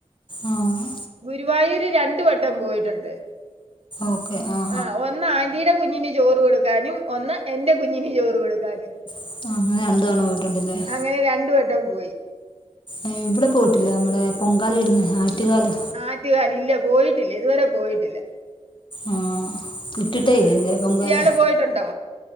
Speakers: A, on the left; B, on the right.
A: ആഹ്
B: ഗുരുവായൂര് രണ്ട് വട്ടം പോയിട്ടുണ്ട്
A: ഓക്കെ ആഹ്
B: ആഹ് ഒന്ന് ആന്റീടെ കുഞ്ഞിന് ചോറ് കൊടുക്കാനും ഒന്ന് എന്റെ കുഞ്ഞിന് ചോറ് കൊടുക്കാനും
A: ആ, അങ്ങനെ രണ്ട് തവണ പോയിട്ടുണ്ടല്ലേ
B: അങ്ങനെ രണ്ടു വട്ടം പോയി
A: ഏഹ് ഇവിടെ പോയിട്ടില്ലേ നമ്മുടെ പൊങ്കാല ഇടുന്ന ആറ്റുകാല്
B: ആറ്റുകാല് ഇല്ല പോയിട്ടില്ല ഇതുവരെ പോയിട്ടില്ല
A: ആഹ് ഇട്ടിട്ടേ
B: ആഹ്
A: ഇല്ലല്ലേ പൊങ്കാല
B: ഇയാള് പോയിട്ടുണ്ടോ